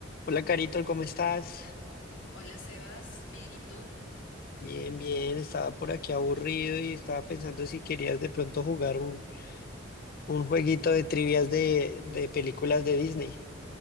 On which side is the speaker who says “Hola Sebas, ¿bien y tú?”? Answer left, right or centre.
Left